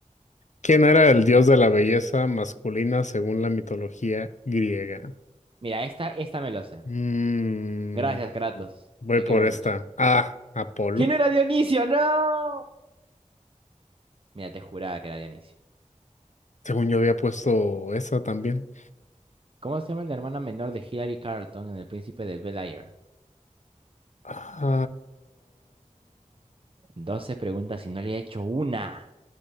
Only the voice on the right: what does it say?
Mira, esta, esta me lo sé.
Gracias, Kratos.
Te
quiero mucho.
¿Quién era Dionisio? ¡No! Mira, te juraba que era Dionisio.
¿Cómo se llama la hermana menor de Hillary Carlton en El Príncipe del Bel Air?
12 preguntas y no le he hecho una.